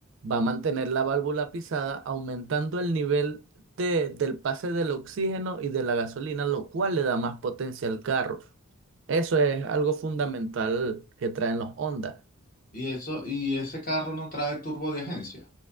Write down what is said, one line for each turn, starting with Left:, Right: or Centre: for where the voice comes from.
Right: va a mantener la válvula pisada, aumentando el nivel de, del pase del oxígeno y de la gasolina, lo cual le da más potencia al carro. Eso es algo fundamental que traen los Honda.
Left: Y eso, y ese carro no trae turbo de agencia.